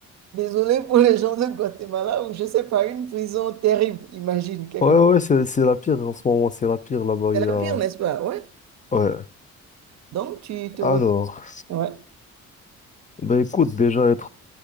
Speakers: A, on the right; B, on the left.
A: Désolée pour les gens de Guatemala, ou je sais pas, une prison terrible, imagine, quelque
B: Ouais,
A: part.
B: ouais, c'est c'est la pire en ce moment, c'est la pire là-bas.
A: C'est
B: Il y
A: la
B: a...
A: pire, n'est-ce pas? Ouais.
B: Ouais.
A: Donc, tu te
B: Alors,
A: retrouves... Ouais.
B: ben écoute, déjà être,